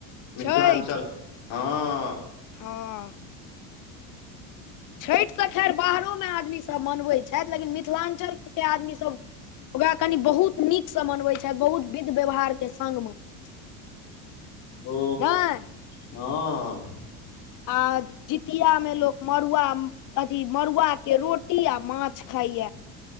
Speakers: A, on the left (about 60°); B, on the left (about 40°).
A: मिथिलाञ्चल
B: छठि
A: हँ
B: हँ छठि तऽ खैर बाहरोमे आदमीसभ मनबै छथि लेकिन मिथिलाञ्चलके आदमीसभ ओकरा कनि बहुत नीक से मनवे छ बहुत विध व्यवहार के संगग मने
A: ओ
B: <unintelligible> हँ
A: हँ
B: आ जितिया मे लोक मड़ुआ अथी मड़ुआ के रोटी आ माछ खाइया।